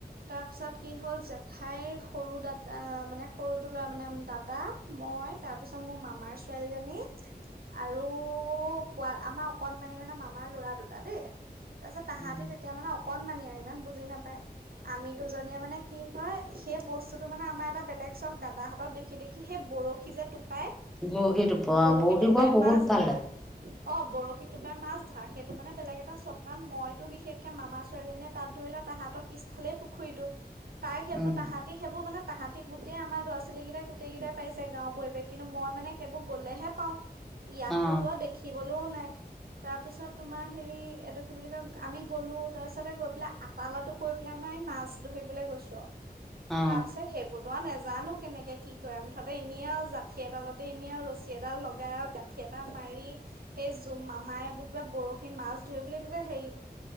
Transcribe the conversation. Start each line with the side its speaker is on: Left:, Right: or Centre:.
Right: তাৰ পিছত কি হ'ল জেঠাইৰ সৰু দাদা, মানে সৰুটো লৰা মানে দা দা, মই তাৰ পিছত মোৰ মামাৰ ছোৱালীজনী আৰু পোৱা আমাৰ অকনমানি মানে মামাৰ ল'ৰা দুটা দেই, তাৰপিছত তাহাঁতি
Centre: উম
Right: তেতিয়া মানে অকণমানি আৰু ইমান বুজি নাপায়। আমি দুজনীয়ে মানে কি হয় সেই বস্তুটো মানে আমাৰ এটা বেলেগ চক দাদাহঁতক দেখি দেখি সেই বৰশী যে টোপাই?
Centre: বৰশীত ওপৰ
Right: বৰশী টোপাই
Centre: বৰ বহুত
Right: মাছ
Centre: ভাল
Right: ধৰা।
Centre: লাগে
Right: অ বৰশীটো টোপাই মাছ ধৰা, সেইটো মানে বেলেগ এটা চকান মই বিশেষকে মামা ছোৱালীজনীয়ে তাত ধৰিলে তাহাঁতৰ পিছফালেই পুখুৰীটো তাই সেইবোৰ,
Centre: উম
Right: তাহাঁতি সেইবোৰ মানে তাহাঁতি গোটেই আমাৰ ল'ৰা -ছোৱালী কেইটাই গোটেই কেইটা পাইছে গাওৰ পৰিৱেশ কিন্তু মই মানে সেইবোৰ গ'লেহে পাওঁ। ইয়াতোতো
Centre: অ
Right: আৰু দেখিবলৈও নাই, তাৰপিছত তোমাৰ হেৰি এইটো কি বুলি কয় আমি গলো, তাৰ পিছতে গৈ পেলাই আকালটো কৰি পেলাই মই মাছ ধৰিবলৈ গৈছো আৰু।
Centre: অ
Right: তাৰ পিছত সেই পতোৱা নে জানো কেনেকে কি কৰে মুঠতে এনে আৰু জাঠি এডালতে এনে আৰু ৰছী এডাল লগাই আৰু গাঁঠি এটা মা ৰি সেই জ মামাইবোৰ কিবা বৰশী মাছ ধৰিব বুলি হেৰি